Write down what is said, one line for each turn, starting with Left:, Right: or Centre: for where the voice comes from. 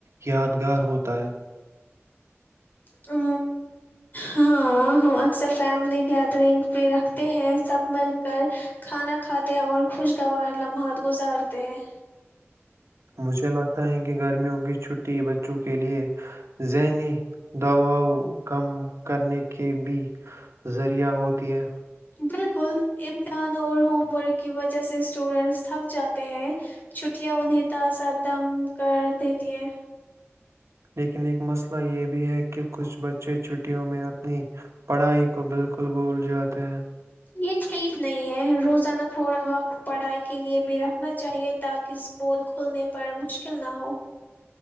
Right: یادگار ہوتا ہے
Left: ہ ہاں ہم اکثر فیملی گیدرنگ بھی رکھتے ہیں سب مل کر کھانا کھاتے اور خوشگوار لمبا بہت گزارتے ہیں
Right: مجھے لگتا ہے کہ گرمیوں کی چھٹی بچوں کے لیے ذہنی دباؤ کم کرنے کے بھی ذریعہ ہوتی ہے
Left: بالکل امتحان اور ہوم ورک کی وجہ سے اسٹوڈینٹس تھک جاتے ہیں چھٹیاں انہیں تازہ دم کر دیتی ہے
Right: لیکن ایک مسئلہ یہ بھی ہے کہ کہ کچھ بچے چھٹیوں میں ا نی پڑھائی کو بالکل بول جات تو
Left: یہ ٹھیک نہیں ہے روزانہ تھوڑا وقت پڑھائی کے لیے بھی رکھنا چاہیے تاکہ اسکول کھلنے پر مشکل نہ ہو